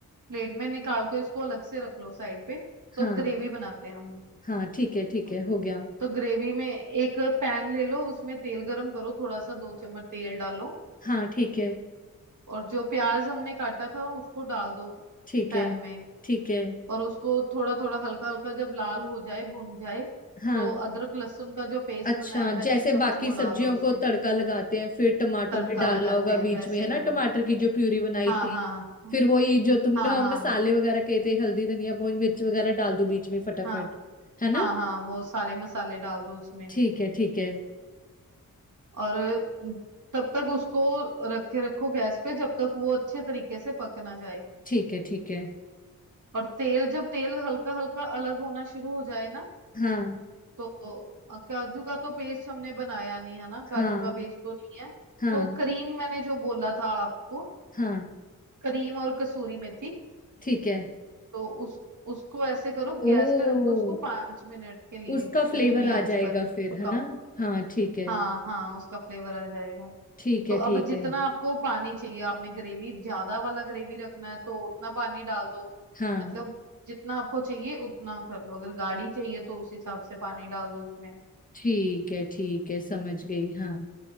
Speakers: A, on the right; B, on the left.
A: प्लेट में निकाल कर इसको अलग से रख लो साइड पे तो
B: हाँ
A: अब ग्रेवी बनाते हैं हम
B: हाँ ठीक है ठीक है हो गया
A: तो ग्रेवी में एक पैन ले लो उसमें तेल गरम करो थोड़ा सा दो चम्मच तेल डालो
B: हाँ ठीक है
A: और जो प्याज हमने काटा था उसको डाल दो
B: ठीक
A: पैन
B: है
A: में
B: ठीक है
A: और उसको थोड़ा थोड़ा हल्का हल्का जब लाल हो जाए भुन जाए
B: हाँ
A: तो अदरक लहसुन का जो पेस्ट
B: अच्छा
A: बनाया था एक
B: जैसे
A: चम्मच
B: बाकी
A: वो
B: सब्जियों
A: डाल दो उसमें
B: को तड़का लगाते हैं फिर टमाटर
A: तड़का
B: भी डालना
A: लगाते
B: होगा
A: हैं
B: बीच
A: वैसे
B: में है
A: लगा
B: ना टमाटर की जो प्यूरी बनाई
A: हाँ
B: थी
A: हाँ
B: फिर वही जो तुम
A: हाँ
B: अ,
A: हाँ
B: मसाले
A: हाँ
B: वगैरह कहे थे हल्दी धनिया पूंज मिर्च वगैरह डाल दूं बीच में फटाफट
A: हाँ
B: है ना
A: हाँ हाँ वो सारे मसाले डाल दो उसमें
B: ठीक है ठीक है
A: और तब तक उसको रखे रखो गैस पे जब तक वो अच्छे तरीके से पक ना जाए
B: ठीक है ठीक है
A: और तेल जब तेल हल्का हल्का अलग होना शुरू हो जाए ना
B: हाँ
A: तो अ, काजू का तो पेस्ट हमने बनाया नहीं है ना काजू
B: हाँ
A: का पेस्ट तो नहीं है
B: हाँ
A: तो क्रीम मैंने जो बोला था आपको
B: हाँ
A: क्रीम और कसूरी मेथी
B: ठीक है
A: तो उस उसको ऐसे करो गैस
B: ओ
A: पे रख दो उसको पांच मिनट के लिए
B: उसका फ्लेवर
A: धीमी
B: आ
A: आंच
B: जाएगा
A: पर
B: फिर
A: पकाओ
B: है ना हाँ ठीक है
A: हाँ हाँ उसका फ्लेवर आ जाएगा
B: ठीक
A: तो
B: है ठीक
A: अब जितना
B: है
A: आपको पानी चाहिए आपने ग्रेवी ज्यादा वाला ग्रेवी रखना है तो उतना पानी डाल दो
B: हाँ
A: मतलब जितना आपको चाहिए उतना कर लो अगर गाढ़ी चाहिए तो उस हिसाब से पानी डाल दो उसमें
B: ठीक है ठीक है समझ गई हाँ